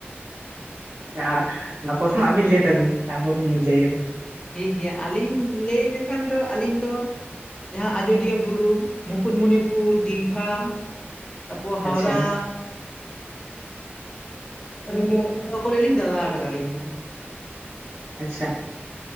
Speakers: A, on the right (about 75°); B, on the left (about 20°).
A: ᱟᱦᱟ ᱯᱨᱚᱛᱷᱚᱢ ᱟᱵᱤᱱ ᱞᱟᱹᱭ ᱛᱟᱵᱤᱱ ᱛᱟᱯᱚᱨᱤᱧ ᱞᱟᱹᱭᱮᱫᱟ
B: ᱴᱷᱤᱠ ᱜᱮᱭᱟ ᱟᱹᱞᱤᱧ ᱞᱟᱹᱭ ᱞᱮᱠᱷᱟᱱ ᱫᱚ ᱟᱹᱞᱤᱧ ᱫᱚ ᱡᱟᱦᱟᱸ ᱟᱡᱳᱫᱤᱭᱟᱹ ᱵᱩᱨᱩ ᱢᱩᱠᱩᱴᱢᱩᱱᱤᱯᱩᱨ ᱫᱤᱜᱷᱟ ᱛᱟᱯᱚᱨ ᱦᱟᱣᱲᱟ
A: ᱟᱪᱪᱷᱟ
B: ᱫᱚ ᱚᱱᱟ ᱠᱚᱨᱮ ᱞᱤᱧ ᱫᱟᱸᱲᱟ ᱟᱠᱟᱫᱟ ᱟᱞᱤᱧ ᱫᱚ
A: ᱟᱪᱪᱷᱟ